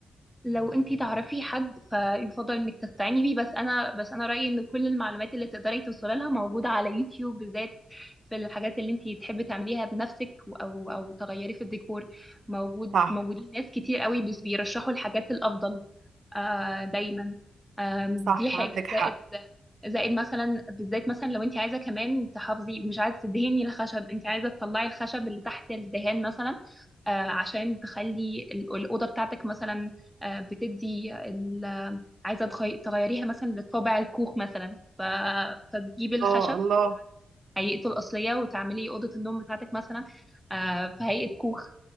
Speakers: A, in the centre; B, on the right.
A: لو انتي تعرفي حد فيفضل انك تستعيني بيه بس انا بس انا رأيي ان كل المعلومات اللي تقدري توصلي لها موجودة على يوتيوب بالذات في الحاجات اللي انتي تحبي تعمليها بنفسك او او تغيري في الديكور موجود
B: صح
A: موجودين ناس كتير قوي بس بيرشحوا الحاجات الافضل آه دايما آه دي
B: صح
A: حاجة
B: عندك
A: زائد
B: حق
A: زائد مثلا بالذات مثلا لو انت عايزه كمان تحافظي مش عايزه تدهني الخشب انت عايزه تطلعي الخشب اللي تحت الدهان مثلا آه عشان تخلي ال- الاوضه بتاعتك مثلا آه، بتدي ال... عايزة تغي- تغيريها مثلا لطابع الكوخ مثلا ف... فتجيبي الخشب
B: اه الله
A: هيئته الأصلية وتعملي أوضة النوم بتاعتك مثلا آه، في هيئة كوخ